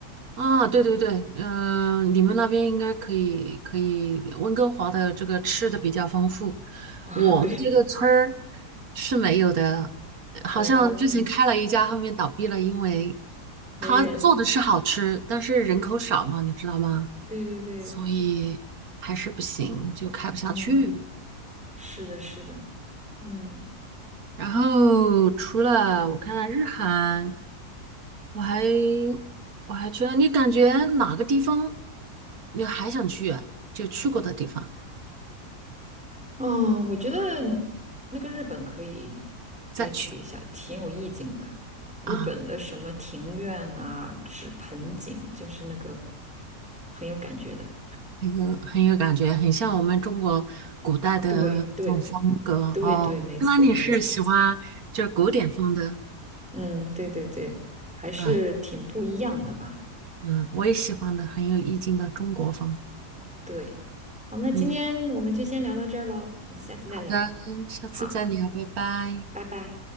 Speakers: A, on the right; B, in the centre.
A: 啊，对对对，嗯、你们那边应该可以，可以，温哥华的这个吃的比较丰富，
B: <laughs> 啊，
A: 我们这个村儿
B: 对，
A: 是没有的，好像之前开了一家，
B: 哦，
A: 后面倒闭了，因为
B: 没人。
A: 他做的是好吃，但是人口少嘛，你知道吗？
B: 对对对，
A: 所以还是不行，就开不下去。
B: 嗯，是的，是的，嗯。
A: 然后除了我看看日韩。我还我还去了，你感觉哪个地方你还想去？就去过的地方
B: 嗯，我觉得那个日本可以
A: 再去
B: 再去一下，挺有意境的。日本的什么庭院啊、
A: 啊，
B: 纸盆景，就是那个很有感觉的。
A: 很有很有感觉，很像我们中国古代的那种风格哦。
B: 对对对对，没错没错。
A: 那你是喜欢就是古典风的？
B: 嗯，对对对，还是挺不一样的吧。
A: 嗯嗯，我也喜欢的，很有意境的中国风。
B: 对，好，那今天我们就先聊到这儿喽，
A: 嗯，
B: 我们下次再聊。
A: 好的，下次再聊，
B: 好，
A: 拜拜。
B: 拜拜。